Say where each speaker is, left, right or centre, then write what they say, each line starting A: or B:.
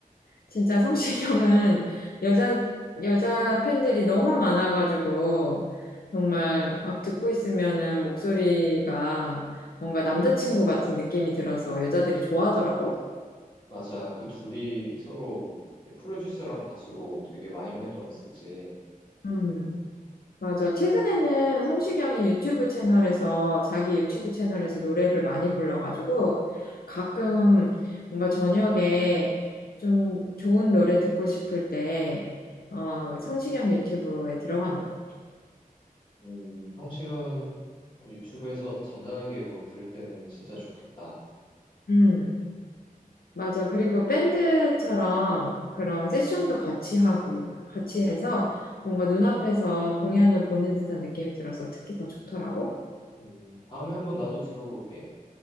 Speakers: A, on the left; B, on the left.
A: 진짜 성시경은 여자, 여자 팬들이 너무 많아가지고, 정말 막 듣고 있으면은 목소리가 뭔가 남자친구 같은 느낌이 들어서 여자들이 좋아하더라고.
B: 맞아. 그 둘이 서로 이제 프로듀서랑 가수로 되게 많이 활동했었지.
A: 음. 맞아. 최근에는 성시경이 유튜브 채널에서, 자기 유튜브 채널에서 노래를 많이 불러가지고, 가끔 뭔가 저녁에 좀 좋은 노래 듣고 싶을 때, 어, 성시경 유튜브에 들어가는 것 같아.
B: 음, 형식은 어, 유튜브에서 잔잔하게 음악 들을 때는 진짜 좋겠다.
A: 음, 맞아. 그리고 밴드처럼 그런 세션도 같이 하고, 같이 해서 뭔가 눈앞에서 공연을 보는 듯한 느낌이 들어서 특히 더 좋더라고.
B: 음, 다음에 한번 나도 들어볼게.